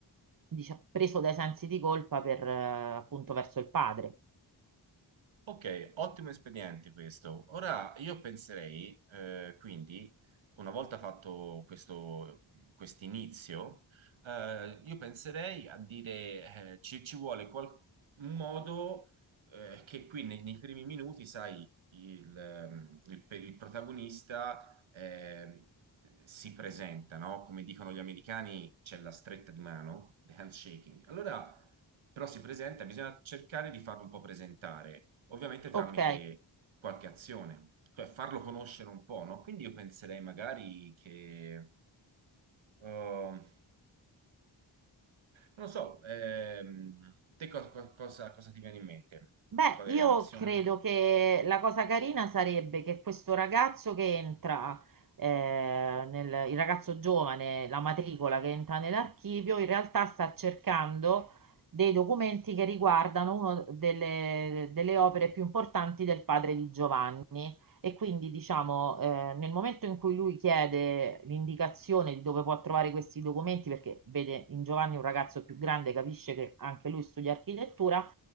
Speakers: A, on the right; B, on the right.
A: dicia- preso dai sensi di colpa per, eh, appunto verso il padre.
B: Ok, ottimo espediente questo. Ora io penserei, eh, quindi, una volta fatto questo inizio, io penserei a dire eh, ci, ci vuole qual- un modo eh, che qui nei, nei primi minuti, sai, il, ehm, il- per il protagonista eh, si presenta, no? Come dicono gli americani, c'è la stretta di mano, the handshaking. Allora, però si presenta, bisogna cercare di farlo un po' presentare, ovviamente tramite
A: Ok,
B: qualche azione, cioè farlo conoscere un po', no? Quindi io penserei magari che, eh, non lo so, ehm, te co- co- cosa, cosa ti viene in mente?
A: Beh,
B: Quale
A: io
B: azione?
A: credo
B: po-
A: che la cosa carina sarebbe che questo ragazzo che entra, eh, nel, il ragazzo giovane, la matricola che entra nell'archivio, in realtà sta cercando dei documenti che riguardano una delle, delle opere più importanti del padre di Giovanni. E quindi, diciamo, eh, nel momento in cui lui chiede l'indicazione di dove può trovare questi documenti, perché vede in Giovanni un ragazzo più grande, capisce che anche lui studia architettura